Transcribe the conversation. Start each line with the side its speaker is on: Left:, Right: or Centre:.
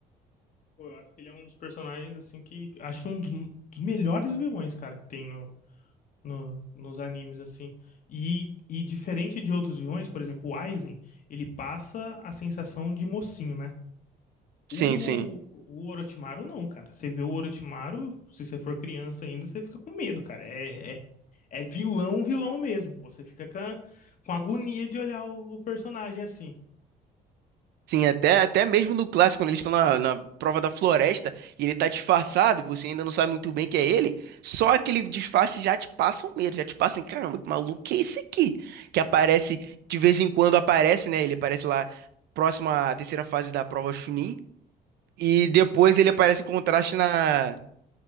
Left: pô, eu acho que ele é um dos personagens assim que acho que é um dos, dos melhores vilões, cara, que tem no, no nos animes assim. E e diferente de outros vilões, por exemplo, o Aizen, ele passa a sensação de mocinho, né?
Right: Sim,
Left: O,
Right: sim.
Left: o Orochimaru não, cara. Você vê o Orochimaru, se você for criança ainda, você fica com medo, cara. É, é É vilão, vilão mesmo, pô. Você fica com, a- com agonia de olhar o, o personagem assim.
Right: Sim, até, até mesmo no clássico, quando eles estão na, na prova da floresta e ele tá disfarçado e você ainda não sabe muito bem que é ele, só aquele disfarce já te passa um medo, já te passa assim, caramba, que maluco que é esse aqui? Que aparece, de vez em quando aparece, né? Ele aparece lá próximo à terceira fase da prova Chunin e depois ele aparece em contraste na,